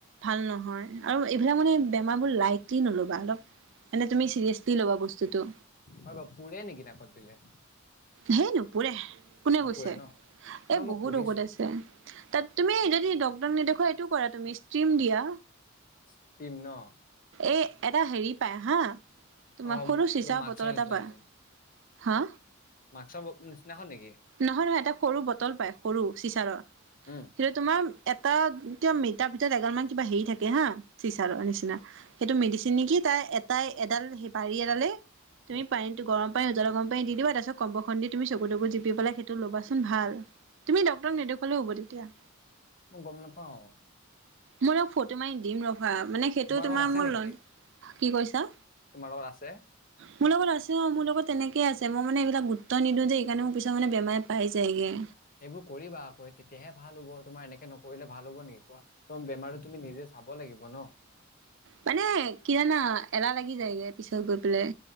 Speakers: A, on the right; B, on the left.
A: ভাল নহয় আৰু এইবিলাক মানে বেমাৰবোৰ লাইকলি নলবা, অলপ মানে তুমি চিৰিয়াচলি ল'ব বস্তুটো
B: হয় বাৰু। পুৰে নেকি নাকত দিলে।
A: হেই নুপুৰে, কোনে
B: নুপুৰে
A: কৈছে
B: ন? ন
A: এ
B: মই
A: বহুত
B: সুধিছো
A: ঔষধ আছে। তাত তুমি যদি ডক্তৰ নেদেখুৱা এইটো কৰা তুমি, ষ্টিম দিয়া।
B: ষ্ট্ৰীম ন।
A: এই এটা হেৰি পায় হা, তোমাৰ
B: অ',
A: সৰু চিচা
B: কিবা মাক্সৰ
A: বটল এটা
B: নিচিনাখন
A: পায়। হা?
B: মাক্সৰ বক নিচিনাখন নেকি?
A: নহয়, নহয় এটা সৰু বটল পায়, সৰু চিচাৰৰ।
B: উম,
A: সেইটোত তোমাৰ এটা কিবা মেলা ভিতৰত এগালমান কিবা হেৰি থাকে হা, চিচাৰৰ
B: অ',
A: নিচিনা। সেইটো মেডিচিন নেকি, তাৰ এটাই এডাল বাৰী এডালে তুমি
B: উম,
A: পানীটো গৰম জল গৰম পানী দি দিবা, তাৰপাছত কম্বল খন দি তুমি চকু-তকু জিপি পেলাই সেইটো লবাচোন ভাল। তুমি ডক্তৰক নেদেখুৱালেও হ'ব তেতিয়া।
B: গম নাপাওঁ।
A: মই তোমাক ফটো মাৰি দিম ৰবা, মানে সেইটো তোমাৰ
B: লগত আছে
A: মোৰ
B: নেকি?
A: লন, কি কৈছা
B: তোমাৰ লগত আছে
A: মোৰ লগত আছে অ', মোৰ লগত তেনেকে আছে। মই মানে এনেকা গোট গুৰুত্ব নিদিওঁ যে সেইকাৰণে মোক পিছত মানে বেমাৰে পাই যায়গৈ।
B: এইবোৰ কৰিবা আকৌ তেতিয়াহে ভাল হ, ব, তোমাৰ এনেকে নকৰিলে ভাল হ, ব নেকি কোৱা? তোমাৰ বেমাৰটো তুমি নিজে চাব লাগিব ন।
A: মানে কি জানা, এলাহ লাগি যায়গৈ পিছত গৈ পেলাই।